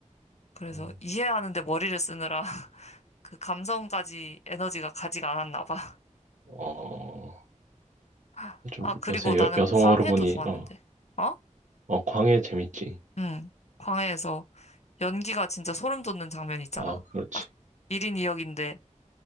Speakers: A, on the left; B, on the right.
A: 그래서
B: 음.
A: 이해하는데 머리를 쓰느라 <laughs> 그 감성까지 에너지가 가지가 않았나 봐.
B: 어,
A: <laughs>
B: 좀
A: 아, 그리고
B: 요새
A: 나는
B: 여, 여성어로
A: 광해도
B: 보니
A: 좋았는데.
B: 어,
A: 어?
B: 어, 광해 재밌지.
A: 응. 광해에서 연기가 진짜 소름 돋는 장면 있잖아.
B: 아, 그렇지.
A: 딱 1인 2역인데